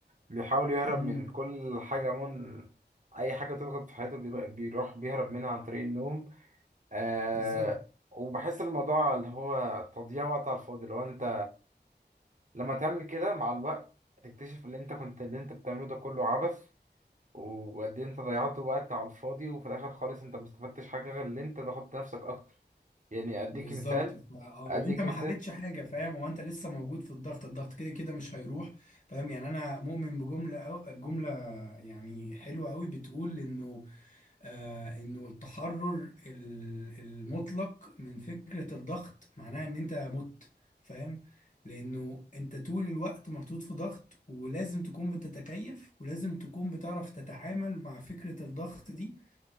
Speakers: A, on the right; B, on the left.
A: بيحاول يهرب
B: امم
A: من كل حاجة من اي حاجة تضغط في حياته بيض- بيروح بيهرب منها عن طريق النوم آه
B: بالظبط
A: وبحس الموضوع اللي هو تضييع وقت على الفاضي لو انت لما تعمل كده مع الوقت هتكتشف ان انت كنت اللي انت بتعمله ده كله عبث وقد ايه انت ضيعت وقت على الفاضي وفي الاخر خالص انت ما استفدتش حاجة غير ان انت ضغطت نفسك اكتر يعني اديك
B: بالظبط
A: مثال
B: ف- اه
A: اديك
B: وانت ما
A: مثال
B: حلتش حاجه فاهم هو انت لسه موجود في الضغط الضغط كده كده مش هيروح فاهم يعني انا مؤمن بجمله أو جمله يعني حلوه قوي بتقول انه آه انه التحرر ال- المطلق من فكره الضغط معناها ان انت مت فاهم لانه انت طول الوقت محطوط في ضغط ولازم تكون بتتكيف ولازم تكون بتعرف تتعامل مع فكره الضغط دي